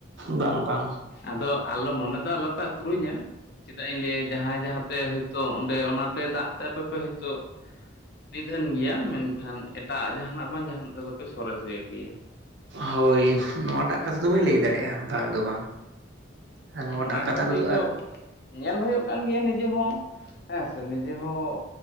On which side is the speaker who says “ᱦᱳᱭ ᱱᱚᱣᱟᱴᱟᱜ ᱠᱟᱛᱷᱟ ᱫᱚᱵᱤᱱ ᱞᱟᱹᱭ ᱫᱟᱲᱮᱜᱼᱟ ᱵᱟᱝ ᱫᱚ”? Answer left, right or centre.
Right